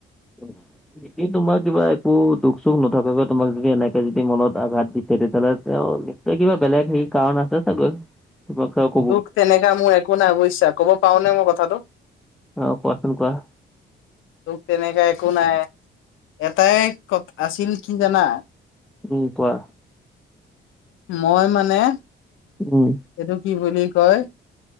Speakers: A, in the centre; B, on the left.
A: <unintelligible> একেই তোমাৰ কিবা একো দুখ - চুখ নথকাকে তোমাক যদি এনেকে যদি মনত আঘাত দিছে তেতিয়াহ'লে তেওঁ এ কিবা বেলেগ সেই কাৰণ আছে চাগৈ কিবা কাকো
B: দুখ তেনেকা মোৰ একো নাই বুজিছা ক'ব পাও নে মই কথাটো?
A: অ কোৱাচোন কোৱা?
B: দুখ তেনেকা একো নাই, এটাই ক আছিল কি জানা?
A: উম কোৱা?
B: মই মানে
A: উম।
B: এইটো কি বুলি কয়